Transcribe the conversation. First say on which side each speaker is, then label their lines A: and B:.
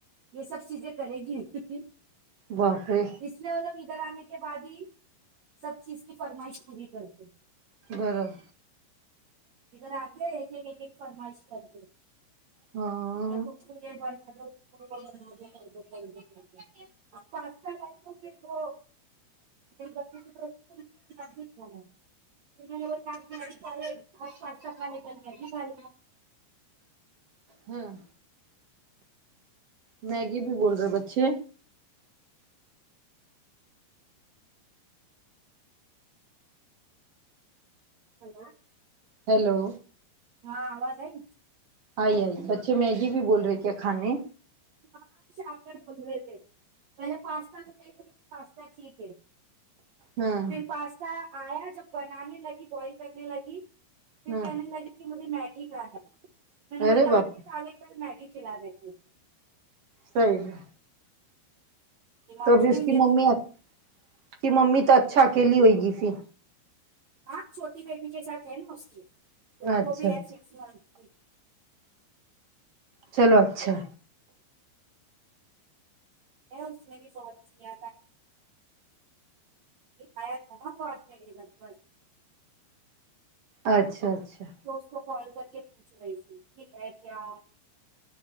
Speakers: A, on the right; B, on the right.
A: یہ سب چیزیں کرے گی نہیں
B: باپ رے
A: اس یے وہ لوگ ادھر آنے کے کے بعد ہی سب چیز کی فرمائش پوری کرتے ہیں
B: برا
A: ادھر آتے ہیں ایک ایک ایک ایک فرمائش کرتے ہیں
B: ہاں
A: <unintelligible> پاستا لائی تو پھر وہ <unintelligible> اج پاستہ کھانے ٹائم پہ آئ
B: ہوں میگی بھی بول رہے بچے
A: ہیلو
B: ہیلو
A: ہاں آواز آئی
B: آئی آئی بچے میگی بھی بول رہے کیا کھانے
A: ہاں شام میں بول رہے تھے پہلے پاستا ب پاستا ٹھیک ہے
B: ہاں
A: پھر پاستا آیا جب بنانے لگی بوئل کرنے لگی پھر
B: ہاں
A: کہنے لگی کہ مجھے میگی کھانا میں نے بولی
B: ارے باپ
A: آگے اج یہ کھالے کال میگی کھلا دیتی ہوں
B: صحیح ہے
A: ڈیمانڈنگ
B: تو ابھی اس کی
A: ہے
B: ممی
A: وہ بہت
B: اس کی ممی تو اچھا اکیلی ہوئے گی پھر
A: ہاں چھوٹی بیٹی کے ساتھ ہے نا اس لیے اس
B: اچھا
A: کو بھی
B: اچھا
A: ہے ایسے ستاتی
B: چلو اچھا
A: میں اس نے بھی کوکال کیا تھا ایا تھا نا وہ اج میرے گھر کو
B: اچھا اچھا
A: تو اس کو کال کر کے پوچھ رہی تھی کی ہے کیا